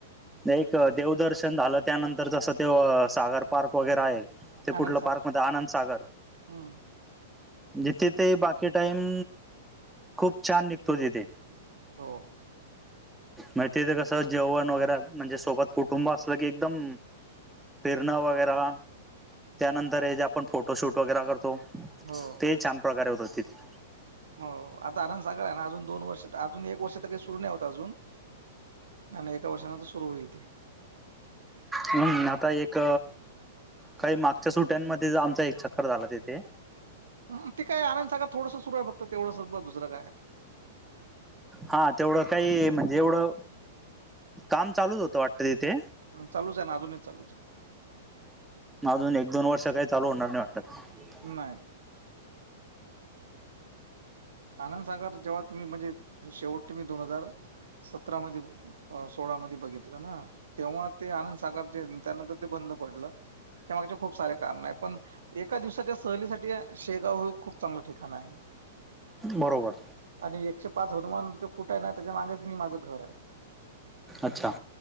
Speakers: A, in the centre; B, on the right.
A: एक देवदर्शन झालं त्यानंतर जसं ते सागर पार्क वगैरे आहे, ते
B: आनंद
A: कुठलं
B: सागर
A: पार्क मध्ये आनंदसागर
B: हम्म
A: जिथे ते बाकी टाईम खूप छान निघतो तिथे.
B: हो
A: मग तिथे कसं जेवण वगैरे म्हणजे सोबत कुटुंब असलं की एकदम फिरणं वगैरे त्यानंतर हे जे आपण फोटोशूट वगैरे करतो.
B: हो
A: ते छान प्रकारे होतात तिथे.
B: हो आता आनंद सागर आहे ना, आजून दोन वर्ष आजून एक वर्ष तर ते सुरू नाही होतं आजून. नाही नाही एका वर्षाने सुरू होईल ते.
A: हम्म आता एक काही मागच्या सुट्ट्यांमध्ये आमचा एक चक्कर झाला तिथे.
B: ह्ं ते काय आनंद सागर थोडसं सुरू आहे फक्त तेवढंच बस दुसरं काय.
A: हां तेवढं काही म्हणजे एवढं काम चालूच होतं वाटतं. तिथे.
B: चालूच आहे ना अजूनही चालूच आहे.
A: अजून एक दोन वर्ष काही चालू होणार नाही वाटतं?
B: नाही. आनंदसागर जेव्हा तुम्ही म्हणजे शेवट तुम्ही दोन हजार सतरामध्ये सोळामध्ये बघितलं. ना तेव्हा ते आनंद सागरचे त्यानंतर ते बंद पडलं त्यामागचे खुप सारे कारण आहेत पण एका दिवसाच्या सहलीसाठी शेगाव हे खूप चांगलं ठिकाण आहे.
A: बरोबर
B: आणि एकशे पाच हनुमान जे फूट आहे ना त्याच्या मागेच मी माझं घर आहे
A: अच्छा